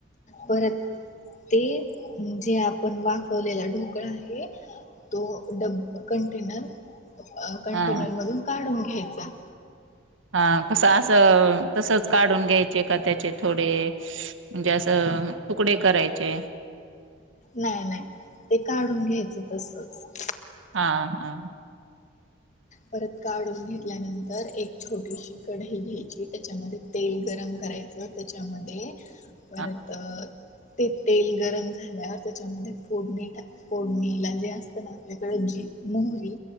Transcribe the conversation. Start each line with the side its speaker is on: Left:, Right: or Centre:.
Left: परत ते जे आपण वाफवलेला ढोकळा आहे तोड कंटेनर कंटेनर
Right: हां,
Left: मधून काढून घ्यायचा
Right: हा कसं असं तसच काढून घ्यायचे का त्याचे थोडे म्हणजे असं तुकडे करायचे
Left: नाही नाही ते काढून घ्यायचं तसच
Right: हा हा हां
Left: परत काढून घेतल्यानंतर एक छोटीशी कढई घ्यायची त्याच्यामध्ये तेल गरम करायचं त्याच्यामध्ये
Right: ह
Left: परत ते तेल गरम झाल्यावर त्याच्यामध्ये फोडणी टाक कोडणीला जे असत ना आपल्याकडे जी मोहरी